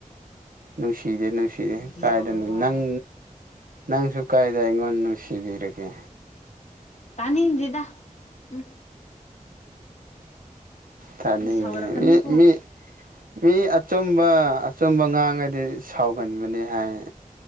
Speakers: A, on the right; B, on the left.
A: ꯅꯨꯡꯁꯤꯗꯦ ꯅꯨꯡꯁꯤꯗꯦ
B: ꯑꯗꯨꯕꯨ
A: ꯀꯥꯏꯗꯅꯣ
B: ꯌꯥꯕ ꯋꯥꯔ
A: ꯅꯪ ꯅꯪꯁꯨ ꯀꯥꯏꯗ ꯑꯩꯉꯣꯟ ꯅꯨꯡꯁꯤꯕꯤꯔꯒꯦ
B: ꯇꯥꯅꯤꯡꯗꯤꯗ ꯎꯝ
A: ꯇꯥꯅꯤꯡꯗꯦ
B: ꯑꯩ ꯁꯥꯎꯔꯛꯀꯅꯤꯀꯣ
A: ꯏ ꯃꯤ ꯃꯤ ꯑꯆꯨꯝꯕ ꯑꯆꯨꯝꯕ ꯉꯥꯡꯉꯗꯤ ꯁꯥꯎꯒꯟꯕꯅꯦ ꯍꯥꯏꯌꯦ